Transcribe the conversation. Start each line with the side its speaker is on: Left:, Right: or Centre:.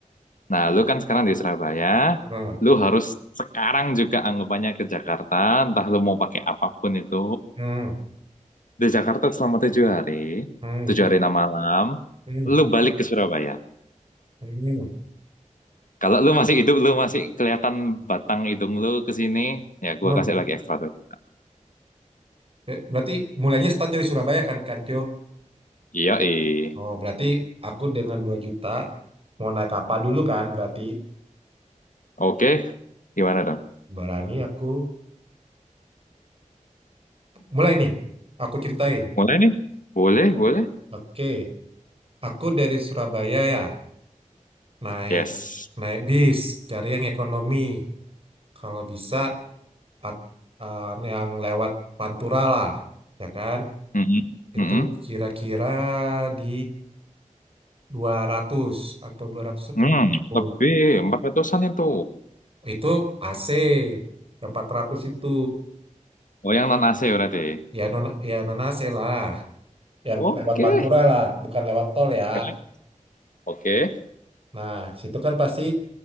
Left: Nah, lu kan sekarang di Surabaya,
Right: nah,
Left: lu harus sekarang juga anggapannya ke Jakarta, entah lu mau pakai apapun itu.
Right: hmm, hmm,
Left: Di Jakarta selama tujuh hari,
Right: hmm,
Left: tujuh hari enam malam,
Right: hmm,
Left: lu balik ke Surabaya.
Right: hmm.
Left: Kalau lu masih hidup, lu masih kelihatan batang hidung lu ke sini, ya
Right: hmm.
Left: gua kasih lagi ekstra duit.
Right: Be- Berarti mulainya start dari Surabaya kan, Kak Jo?
Left: Iya, eh.
Right: Oh, berarti aku dengan 2 juta mau naik apa dulu kan? Berarti
Left: Oke, gimana dong?
Right: berani aku mulai nih. Aku ceritain.
Left: Mulai nih? Boleh, boleh.
Right: Oke, aku dari Surabaya ya, naik
Left: Yes.
Right: naik bis, cari yang ekonomi. Kalau bisa at- eh, yang lewat Pantura lah, ya kan?
Left: Mm-mm.
Right: Itu
Left: Mm-mm.
Right: kira-kira di 200 atau dua ratus atau
Left: Hmm,
Right: dua puluh.
Left: lebih empat ratusan itu.
Right: itu AC yang 400 itu
Left: Oh, yang non-AC berarti.
Right: ya non ya non AC lah yang
Left: Oke.
Right: lewat Pantura lah bukan lewat tol ya
Left: Oke. Oke.
Right: nah situ kan pasti